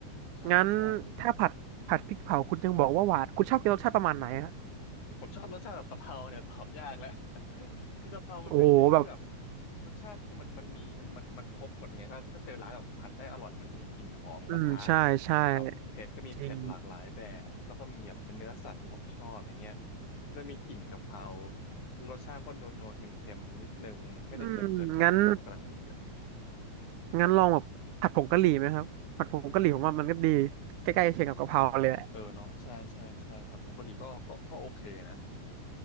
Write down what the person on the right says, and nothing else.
งั้นถ้าผัดผัดพริกเผาคุณยังบอกว่าหวานคุณชอบกินรสชาติประมาณไหนฮะ
โอ้โหแบบ
อืมใช่ใช่
จริง
อืมงั้นงั้นลองแบบผัดผงกะหรี่ไหมครับผัดผงกะหรี่ผมว่ามันก็ดีใกล้ๆเคียงกับกะเพราเลยแหละ